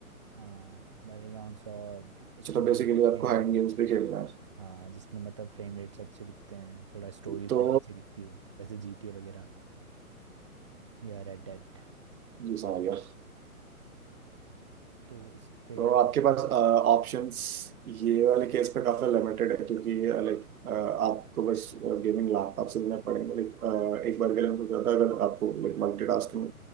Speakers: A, on the right (about 20°); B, on the right (about 70°).
A: हाँ बैटल ग्राउंड्स और स्टोरी
B: चलो बेसिकली
A: मोड
B: आपको
A: के गेम्स
B: हाइड गेम्स
A: होते हैं
B: भी खेलना है
A: हाँ जिसमें मतलब फ्रेम रेट्स अच्छे दिखते हैं थोड़ा स्टोरी
B: तो
A: लाइन अच्छी दिखती है जैसे जीटीए वगैरह या रेड डेड
B: जी समझ गया
A: तो इस पे
B: तो
A: मुझे
B: आपके पास ऑप्शंस ये वाले केस पे काफी लिमिटेड है क्योंकि लाइक आपको बस गेमिंग लैपटॉप से लेना पड़ेंगे लाइक एक बार के लिए मैं सोच रहा था अगर आपको लाइक मल्टीटास्किंग